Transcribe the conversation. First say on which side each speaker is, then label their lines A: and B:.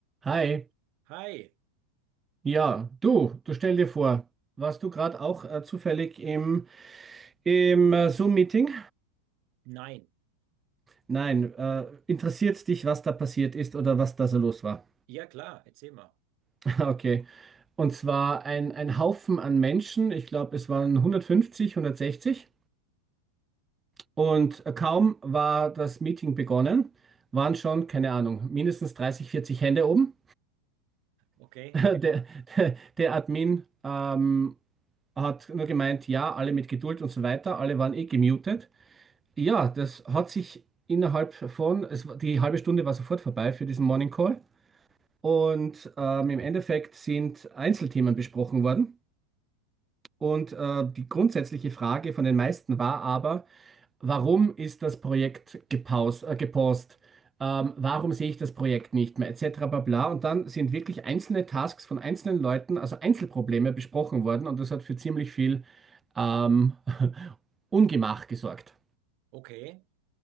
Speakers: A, on the right; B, on the right.
A: Hi,
B: Hi,
A: ja, du, du stell dir vor, warst du gerade auch äh, zufällig im, im äh, Zoom-Meeting?
B: nein.
A: Nein, äh, interessiert dich, was da passiert ist oder was da so los war?
B: Ja klar, erzähl mal.
A: <laughs> Okay, und zwar ein, ein Haufen an Menschen, ich glaube, es waren 150, 160 und äh, kaum war das Meeting begonnen, waren schon, keine Ahnung, mindestens 30, 40 Hände oben.
B: Okay,
A: <laughs> Der, der, der Admin ähm, hat nur gemeint, ja, alle mit Geduld und so weiter, alle waren eh gemutet. Ja, das hat sich innerhalb von, es, war- die halbe Stunde war sofort vorbei für diesen Morning Call. Und ähm, im Endeffekt sind Einzelthemen besprochen worden. Und äh, die grundsätzliche Frage von den meisten war aber, warum ist das Projekt gepaust, äh, gepaust? Ähm, warum sehe ich das Projekt nicht mehr, etc. bla bla. Und dann sind wirklich einzelne Tasks von einzelnen Leuten, also Einzelprobleme besprochen worden. Und das hat für ziemlich viel ähm, <laughs> Ungemach gesorgt.
B: okay,